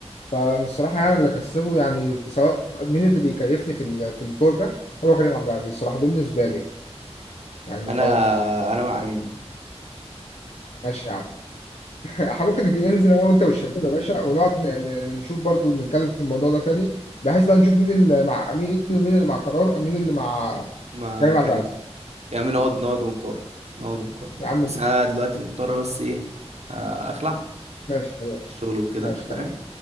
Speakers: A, on the left; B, on the right.
A: فانا الصراحه يعني اللي كسبه يعني سواء مين اللي بيكيفني في ال- في الفرجه هو كريم عبد العزيز الصراحه بالنسبه لي يعني
B: انا
A: خلاص
B: انا مع امين
A: ماشي يا عم <laughs> إحنا ممكن ننزل انا وانت والشباب يا باشا ونقعد ن- ن- نشوف برضو نتكلم في الموضوع ده تاني بحيث بقى نشوف مين اللي مع مين ومين اللي مع قرار مين اللي مع
B: مع
A: كريم
B: كريم
A: عبد العزيز
B: يعني نقعد نقعد ونقارن نقعد ونقارن
A: يا عم
B: بس انا دلوقتي مضطر بس ايه آه اخلع
A: ماشي خلاص
B: الشغل وكده
A: ماشي
B: انت فاهم
A: تمام